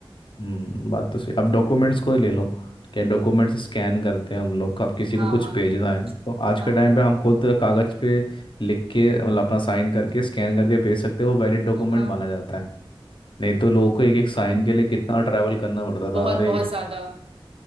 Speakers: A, on the left; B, on the right.
A: हम्म बात तो सही अब डॉक्यूमेंट्स को ही ले लो क्या डॉक्यूमेंट्स स्कैन करते हैं हम लोग अब किसी
B: हाँ
A: को कुछ
B: हाँ
A: भेजना है तो आज
B: हाँ
A: के टाइम पे हम खुद कागज पे लिख के मतलब अपना साइन करके स्कैन करके भेज सकते हैं वो वैलिड डॉक्यूमेंट
B: हाँ हाँ,
A: माना जाता है नहीं तो लोगों को एक एक
B: हम्म,
A: साइन
B: हम्म।
A: के लिए कितना ट्रैवल करना पड़ता था
B: बहुत
A: अरे
B: बहुत ज्यादा